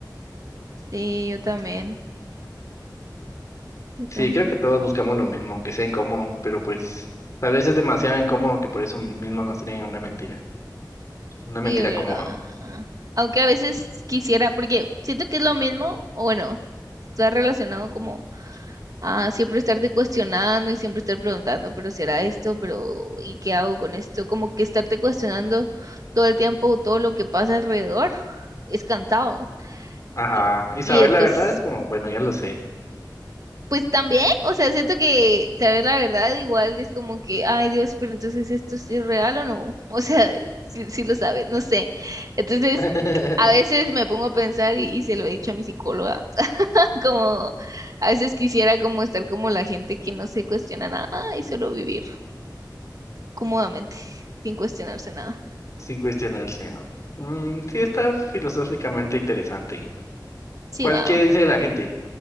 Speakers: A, on the right (about 50°); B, on the left (about 45°).
A: Sí, yo también, yo
B: Sí,
A: también.
B: creo que todos buscamos lo mismo, aunque sea incómodo, pero pues tal vez es demasiado incómodo que por eso mismo nos tienen a una mentira. Una
A: Sí,
B: mentira
A: ¿verdad?
B: cómoda.
A: Aunque a veces quisiera, porque siento que es lo mismo, o bueno, está relacionado como a siempre estarte cuestionando y siempre estar preguntando, pero será esto, pero ¿y qué hago con esto? Como que estarte cuestionando todo el tiempo todo lo que pasa alrededor es cansado.
B: Ajá.
A: Y,
B: Y saber
A: y entonces
B: la verdad es como, bueno, ya lo sé.
A: Pues también, o sea, siento que saber la verdad igual es como que, ay Dios, pero entonces esto sí es real o no, <laughs> o sea, sí, sí lo sabes, no sé. Entonces,
B: <laughs>
A: a veces me pongo a pensar y, y se lo he dicho a mi psicóloga, <laughs> como a veces quisiera como estar como la gente que no se cuestiona nada y solo vivir cómodamente, <laughs> sin cuestionarse nada.
B: Sin cuestionar al Señor. Mm, sí, está filosóficamente interesante.
A: Sí,
B: ¿Cuál
A: va.
B: qué dice la gente?